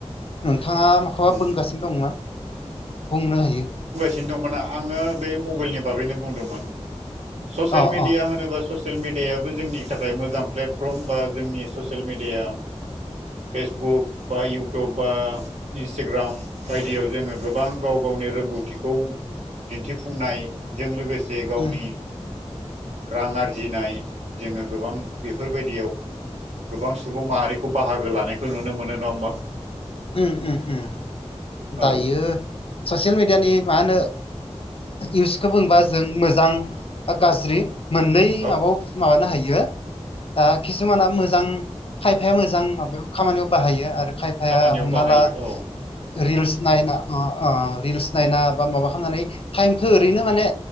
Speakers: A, on the left (about 55°); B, on the right (about 75°).
A: नोंथाङा मखौबा
B: उम
A: बुंगासिनो दंमोन। बुंनो हायो।
B: मोन आङो बे मबाइलनि बागैनो बुंदोंमोन ससेल
A: अ
B: मिडिया
A: अ
B: होनोबा ससियेल मिडियाबो जोंनि थाखाय मोजां प्लेटफर्म बा जोंनि ससियेल मिडिया फेसबुक बा इउटुब बा इन्सटाग्राम बायदियाव जोङो गोबां गाव गावनि रोंगौथिखौ दिन्थिफुंनायजों लोगोसे गावनि
A: उम
B: रां आरजिनाय जोङो गोबां बेफोरबायदियाव गोबां सुबुं माहारिखौ बाहागो लानायखौ नुनो मोनो नङा होमबा।
A: ओम ओम ओम
B: औ
A: दायो ससियेल मिडियानि मा होनो इउसखौ बुंबा जों मोजां बा गाज्रि मोननै
B: औ
A: माबायाव माबानो हायो। ओ किसुमाना मोजां खायफाया मोजां माब खामानियाव बाहायो आरो खाय फाया
B: खामानियाव
A: हमना
B: बाहायो
A: ला
B: औ
A: रिल्स नायना अ ओ रिल्स नायना बा माबा खालामनानै टाइमखौ ओरैनो माने